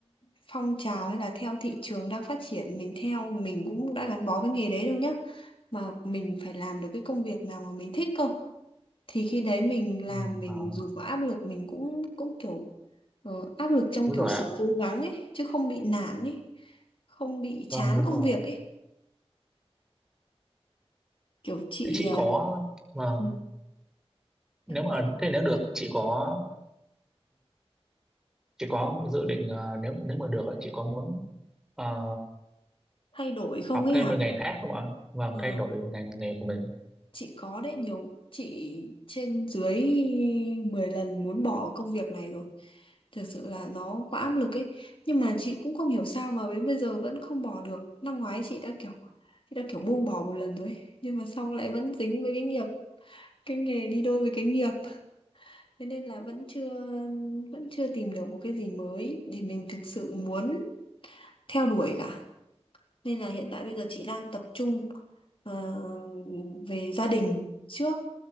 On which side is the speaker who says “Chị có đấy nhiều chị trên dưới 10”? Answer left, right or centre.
Left